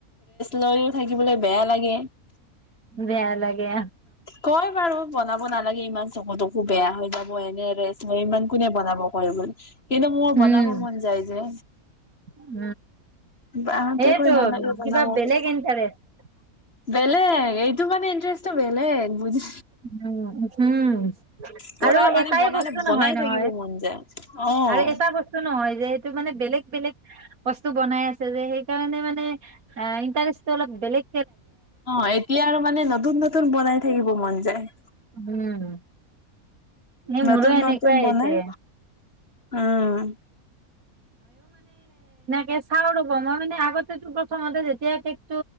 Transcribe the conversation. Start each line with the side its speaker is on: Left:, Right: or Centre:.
Left: লৈয়ও থাকিবলৈ বেয়া লাগে।
Right: বেয়া লাগে।
Left: কয় বাৰু বনাব নালাগে ইমান- চবতকো বেয়া হৈ যাব এনেৰে ন ইমান কোনে বনাব। হয় মান কিন্তু মোৰ বনাব
Right: উম
Left: মন যায় যে।
Right: উম,
Left: বাহঁতে
Right: সেইটো
Left: কৈ নালাগে বনাব
Right: কিবা বেলেগ
Left: বুলি
Right: ইণ্টাৰেষ্ট।
Left: বেলেগ এইটো মানে ইণ্টাৰেষ্ট বেলেগ বুজি
Right: উম। উম, উম,
Left: পুৰা
Right: আৰু
Left: মানে
Right: এটাই
Left: বনালে
Right: বস্তু নহয়
Left: বনাই
Right: নহয়,
Left: থাকিব মন যায়। অ',
Right: আৰু এটা বস্তু নহয় যে সেইটো মানে বেলেগ বেলেগ, বস্তু বনাই আছে যে সেইকাৰণে মানে, এ ইণ্টাৰেষ্টটো অলপ বেলেগ
Left: অ এতিয়া আৰু মানে নতুন নতুন বনাই থাকিব মন যায়।
Right: উম ন মোৰ
Left: নতুন
Right: এনেকুৱাই
Left: নতুন
Right: হৈছে।
Left: বনাই উম
Right: কে চাও ৰ'ব মই মানে আগতেতো প্ৰথমতে যেতিয়া কেক টো